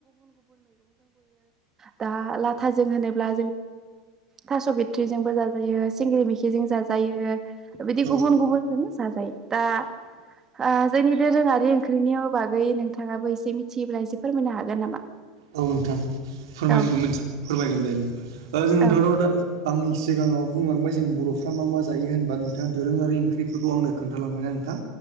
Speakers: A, on the right; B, on the right.
A: दा लाथाजों होनोब्ला थास' बिथि जोंबो जाजायो सिंग्रि मिखिजों जायो बिदि गुबुन-गुबुनजों
B: औ
A: जाजायो दा ओ जोंनि दोरोंङारि ओंख्रिनि बागै नोंथांङाबो एसे मिथियोब्ला एसे फोरमायनो हागोन नामा
B: औ नोंथां फोरमनो
A: औ
B: मोनथि फोरमायगोन दे ओ जों नोंथांनाव
A: औ
B: दा आं सिगांङाव बुंलांबाय जों बरफ्रा मा मा जायो होनबा नोंथांङा दोरोंङारि ओंख्रिफोरखौ आंनो खोन्थालांबाय नोंथां